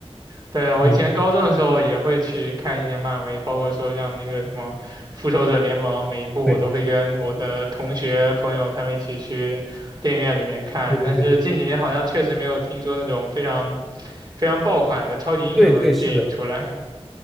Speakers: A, on the right (about 40°); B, in the centre.
A: 对啊，我以前高中的时候也会去看一些漫威，
B: 嗯，
A: 包括说像那个什么《复仇者联盟》，每一部我都会跟我的同学朋友他们一起去电影院里面看。
B: 对对对对
A: 但是近几年好像确实没有听说那种非常非常爆款的超级英雄的电影出来。
B: 对对，是的，